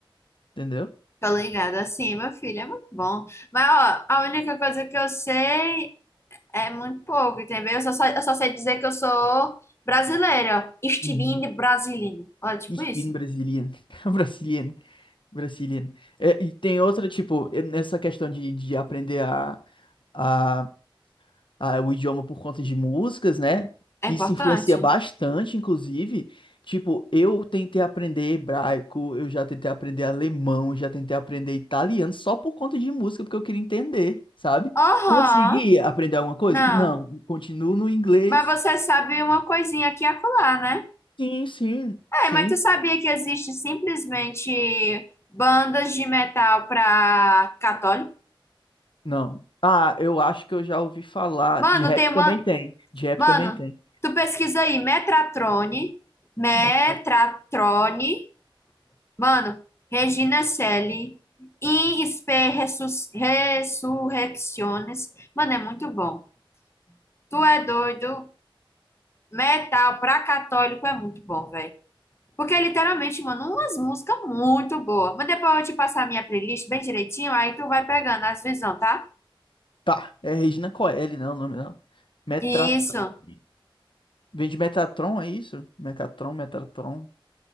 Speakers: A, on the left; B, on the left.
A: entendeu?
B: Tô ligada, assim, meu filho, é muito bom. Mas, ó, a única coisa que eu sei É muito pouco, entendeu? Eu só, só- eu só sei dizer que eu sou brasileira. Estilingue
A: Uhum.
B: brasileiro. Olha, tipo
A: Ich
B: isso.
A: bin Brasilian, <laughs> Brasilian, Brasilian. É, e tem outra, tipo, é nessa questão de, de aprender a, a ah, o idioma por conta de músicas, né?
B: É
A: Que
B: importante?
A: se influencia bastante, inclusive. Tipo, eu tentei aprender hebraico, eu já tentei aprender alemão, já tentei aprender italiano só por conta de música, porque eu queria entender, sabe?
B: Aham.
A: Consegui aprender alguma coisa?
B: Não.
A: Não, continuo no inglês.
B: Mas você
A: <laughs>
B: sabe uma coisinha aqui e acolá, né?
A: Sim, sim, sim.
B: É, mas tu sabia que existe simplesmente bandas de metal pra católico?
A: Não. Ah, eu acho que eu já ouvi falar.
B: Mano,
A: De rap
B: tem uma...
A: também tem. De rap
B: Mano,
A: também tem.
B: tu pesquisa aí. Metratrone. Metratrone.
A: Metra-
B: Mano, Regina Celi, In Spe Resus- Resurrecciones. Mano, é muito bom. Tu é doido. Metal pra católico é muito bom, velho. Porque é literalmente, mano, umas músicas muito boas. Mas depois eu te passar a minha playlist bem direitinho, aí tu vai pegando as visão, tá?
A: Tá, é Regina Coeli, não, o nome não. Metratrone.
B: Isso.
A: Vem de Metatron, é isso? Mecatron, Metatron.